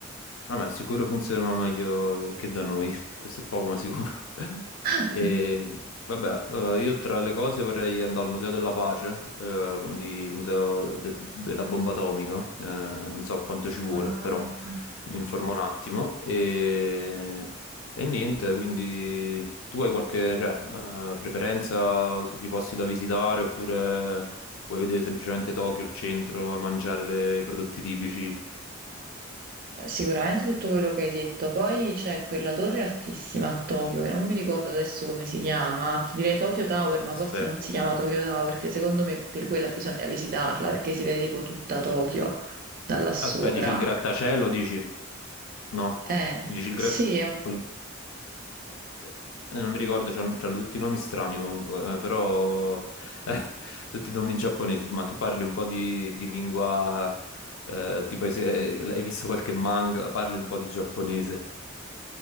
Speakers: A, on the left; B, on the right.
A: Ah, ma sicuro funzionano meglio che che da noi, <laughs> questo è poco ma sicuro. <laughs>
B: <laughs>
A: E vabbè, eh, io tra le cose vorrei andare al Museo della Pace, eh, quindi il Museo de- de- della Bomba Atomica, eh, non so quanto ci vuole,
B: Ah.
A: però mi informo un attimo. E, e niente, quindi tu hai qualche, cioè, eh, preferenza sui posti da visitare oppure vuoi vedere semplicemente Tokyo, il centro, mangiare le- i prodotti tipici?
B: Sicuramente tutto quello che hai detto. Poi c'è quella torre altissima a Tokyo, che non mi ricordo adesso come si chiama, ti direi Tokyo Tower, ma
A: Aspetta.
B: forse non si chiama Tokyo Tower, perché secondo me que- quella bisogna visitarla, perché si vede tipo tutta Tokyo da là sopra.
A: Aspetta, dici il grattacielo, dici? No,
B: Eh,
A: dici il
B: sì,
A: gra...
B: è un-
A: quel- eh, Non mi ricordo, c'hanno c'hanno tutti i nomi strani comunque, eh, però <laughs> eh, tutti i nomi in giapponese, ma tu parli un po' di, di lingua, eh, tipo se eh, hai visto qualche manga, parli un po' di giapponese.